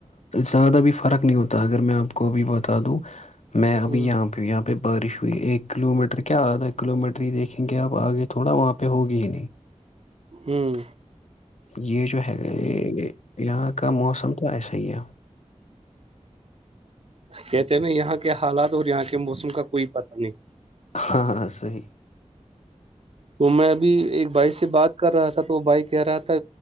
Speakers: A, on the left (about 65°); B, on the right (about 55°).
A: زیادہ بھی فرق نہیں ہوتا اگر میں آپ کو ابھی بتا دوں میں
B: ہے
A: ابھی یہاں پہ یہاں پہ بارش ہوئی ایک کلو میٹر کیا آدا کلو میٹر ہی دیکھیں گے آپ آگے تھوڑا وہاں پہ ہوگی ہی نہیں
B: ہوں
A: یہ جو ہے یہاں کا موسم تو ایسا ہی ہے
B: کہتے ہیں نا یہاں کے حالات اور یہاں کے موسم کا کوئی پتا نہیں
A: ہاں ہاں صی
B: تو میں ابھی ایک بھائی سے بات کر رہا تھا تو وہ بھائی کہہ رہا تھا